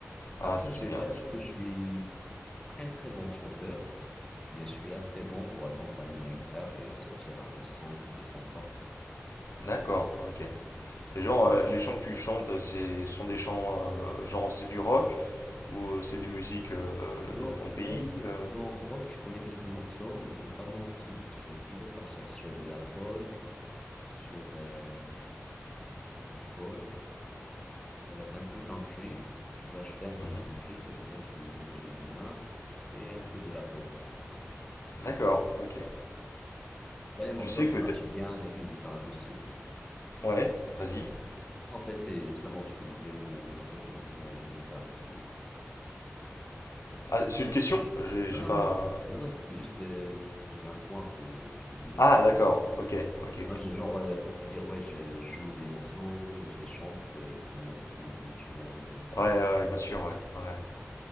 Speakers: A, on the left; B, on the left.
A: Après,
B: Ah, ça c'est
A: je vais
B: bien.
A: pas dire
B: c'est-
A: que je suis très, très bon chanteur, mais je suis assez bon pour accompagner ma guitare et sortir un son qui est sympa.
B: D'accord, ok. Et genre, euh, les chants que tu chantes, euh, c'est sont des chants, euh, genre c'est du rock ou euh, c'est des musiques euh,
A: Non,
B: de ton
A: rock.
B: pays. euh.
A: Bon, rock, je connais quelques morceaux, mais c'est pas mon style. Je vais plutôt partir sur de la folk, sur euh, bon, folk, euh, un peu country. Tu vois, je fais un peu
B: Mhm.
A: de country, c'est pour ça que je te disais que j'aime bien, et un peu de la pop.
B: D'accord, ok.
A: Là, les morceaux
B: Tu sais que
A: qui marchent
B: t'es-
A: bien avec une guitare acoustique.
B: Ouais, vas-y.
A: En fait, c'est justement, je te disais, les, les morceaux qui marchent bien avec une guitare acoustique. Ouais.
B: Ah, c'est une question? J'ai
A: Non,
B: j'ai
A: non,
B: pas...
A: non. Non, non, c'était juste euh, un point que je te disais.
B: Ah, d'accord, ok, ok,
A: Non,
B: ok.
A: je- genre, euh, pour te dire, ouais, je joue des morceaux et je les chante, que c'est des morceaux qui marchent bien avec la guitare.
B: Ouais, ouais, ouais, bien sûr, ouais. ouais.